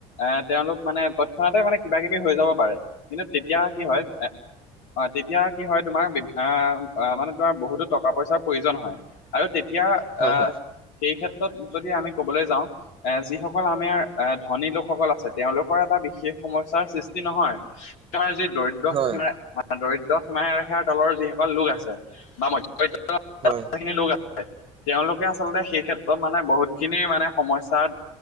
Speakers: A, on the left; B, on the right.
A: এ তেওঁলোক মানে তৎক্ষণাতে মানে কিবা কিবি হৈ যাব পাৰে। কিন্তু তেতিয়া কি হয় এ অ তেতিয়া কি হয় তোমাৰ আ আ মানে তোমাৰ বহুতো টকা পইচাৰ প্ৰয়োজন হয়। আৰু তেতিয়া আহ
B: হয় হয়
A: সেই ক্ষেত্ৰত যদি আমি কবলে যাওঁ এ যিসকল আমেৰ এ ধনী লোকসকল আছে তেওঁলোকৰ এটা বিশেষ সমস্যাৰ সৃষ্টি নহয় তাৰ যে দৰিদ ম
B: হয়
A: দৰিদ্ৰ সীমা ৰেখাৰ তলৰ যিসকল লোক আছে বা মধ্যবিত্ত
B: হয়।
A: লোক আছে তেওঁলোকে আচলতে সেই ক্ষেত্ৰত মানে বহুত খিনি মানে সমস্যাত